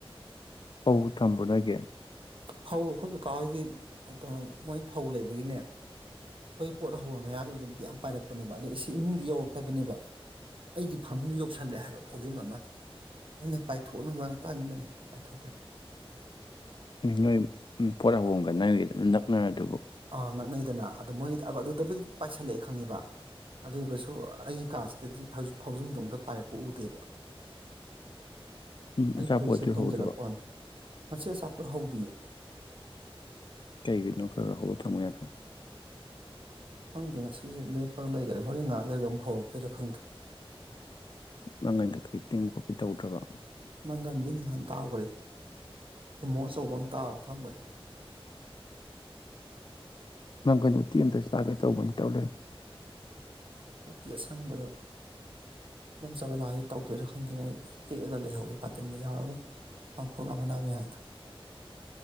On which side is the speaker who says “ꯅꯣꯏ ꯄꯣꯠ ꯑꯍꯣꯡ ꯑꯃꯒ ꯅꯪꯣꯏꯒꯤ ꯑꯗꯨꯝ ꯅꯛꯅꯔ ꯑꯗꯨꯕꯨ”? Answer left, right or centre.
Left